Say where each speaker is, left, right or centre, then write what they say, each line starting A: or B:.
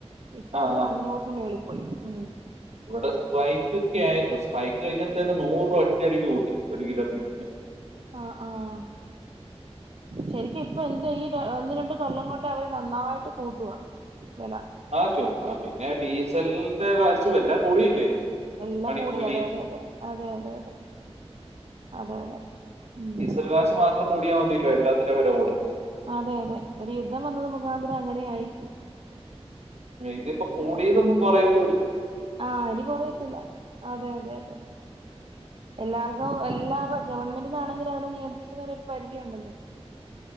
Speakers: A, on the right (about 55°); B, on the right (about 80°).
A: ഇപ്പൊ
B: ആ
A: അത് അഞ്ഞൂറിന് മേളിപ്പോയി ഉം.
B: ഇവിടെ സ്പ്രൈക്ക് ഒക്കെ ആയിരുന്നു സ്പ്രൈക്ക് കഴിഞ്ഞ തന്നെ നൂറ്പ ഒറ്റടിക്ക് കൂട്ടി ഒരു കിലോ ബീഫിന്.
A: ആഹ ആഹ. ശരിക്കും ഇപ്പൊ എന്താ ഈ ഒന്ന് രണ്ട് കൊല്ലം കൊണ്ട് അവര് നന്നായിട്ട് കൂട്ടുവാ. വെല.
B: ആചോ ആ പിന്നെ ഡീസലിന്റെ കാഷും എല്ലാ കൂടിയില്ലേ?
A: എല്ലാ
B: പണിക്കൂലി
A: കൂടി അതെ അതെ അതെ അതെ അതെ അതെ അതെ അതെ ഉം.
B: <unintelligible> ത്ര കൂടിയാമതിയല്ലോ എല്ലാത്തിന്റെ വെല കൂടാൻ.
A: അതെ അതെ ഒരു യുദ്ധം വന്നത് മുഖാന്തരം അങ്ങനെ യായി.
B: ഏയ്‌ത്യപ്പം കൂടിയതൊന്നും കുറയത്തൂല്ല.
A: ആഹ് ഇനി കൊറയത്തില്ല അതെ അതെ അതെ. എല്ലാർക്കും എല്ലാ വ ഗവൺമെന്റിനാണെങ്കിലും അതിനെ നിയന്ത്രികണേ ഒരു പരിധിയു ഉണ്ടല്ലോ?